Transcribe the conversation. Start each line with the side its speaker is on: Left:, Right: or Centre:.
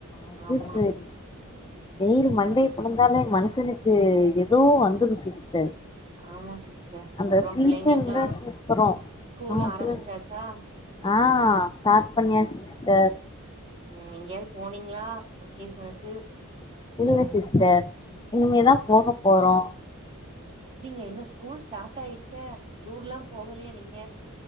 Left: அது
Right: ஆமா
Left: சேரி வெயிலு மண்டய பொழந்தாலே மனுஷனுக்கு ஏதோ வந்துரு சிஸ்டர்
Right: ஆமா சிஸ்டர்.
Left: அந்த
Right: அப்றோ
Left: சீசன்
Right: பிள்ளைங்களுக்கெல்லா
Left: தா சூப்பரோ
Right: ஸ்கூலு
Left: அப்றோ
Right: ஆரம்பிச்சாச்சா?
Left: ஆ ஸ்டார்ட் பண்ணியாச்சு சிஸ்டர்
Right: உம் எங்கேயாவது போனீங்ளா வெக்கேஷனுக்கு
Left: இல்ல சிஸ்டர் இனிமேதா போகப் போறோ
Right: அப்டிங்ளா இன்னு ஸ்கூல் ஸ்டார்ட் ஆயிடுச்சா டுர்லா போகலையா நீங்க